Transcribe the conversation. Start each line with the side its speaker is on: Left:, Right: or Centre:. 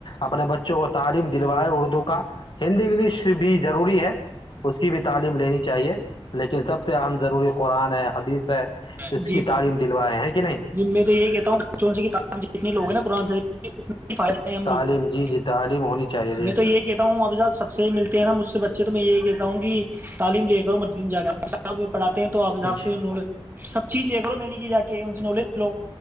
Left: اپنے بچوں کو تعلیم دلوائے اردو کا ہندی انگلش بھی ضروری ہے اس کی بھی تعلیم لینی چاہیے لیکن سب سے اہم ضروری قرآن ہے حدیث ہے اس
Right: جی
Left: کی تعلیم دلوائے ہیں <unintelligible>
Right: جی میں تو یہ کہتا ہوں بچوں سےت لوگ ہیں نا قرآن شریف اس میں <unintelligible> فائدہ ہے ہم
Left: تعلیم
Right: لوگوں کو
Left: جی جی تعلیم ہونی چاہیے جی
Right: میں تو یہ کہتا ہوں ابھی صاحب سب سے ملتے ہیں نا مجھ سے بچے تو میں یہی کہتا ہوں کہ <unintelligible> تعلیم لے کر اور مد دن جا کر س <unintelligible> پڑاتے ہیں تو آب صاب
Left: جی
Right: کے نول <unintelligible> سب چیز لے کرو میں نے کہ جا کے ان سے نالج <unintelligible> ہیلو